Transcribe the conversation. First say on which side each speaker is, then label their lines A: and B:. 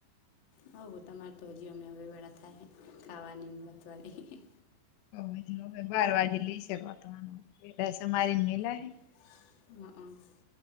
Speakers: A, on the left (about 40°); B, on the left (about 80°).
A: હવે તમારે તો, હજી અમે હવે વેળા થાય ખાવાની વધવાની.
B: હજ હવે બાર વાગે લઈશ, વાનું એટમારી મેલા હ.
A: હ, હ.